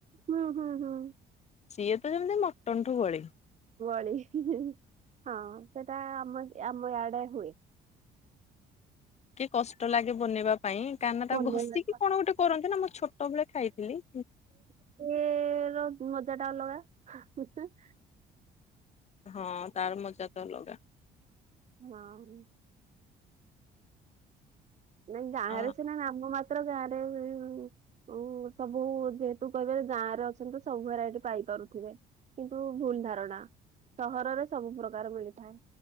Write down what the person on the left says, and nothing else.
ସିଏ ତ ଯେମିତି ମଟନଠୁ ବଳି।
କି କଷ୍ଟ ଲାଗେ ବନେଇବାକୁ? ପାଇଁ, କାନଟା
ଘଷିକି
କଣ ଗୋଟେ କରନ୍ତି ନା ମୁଁ ଛୋଟ ବେଳେ ଖାଇଥିଲି।
ହଁ, ତାର ମଜାତ ଅଲଗା
ଆ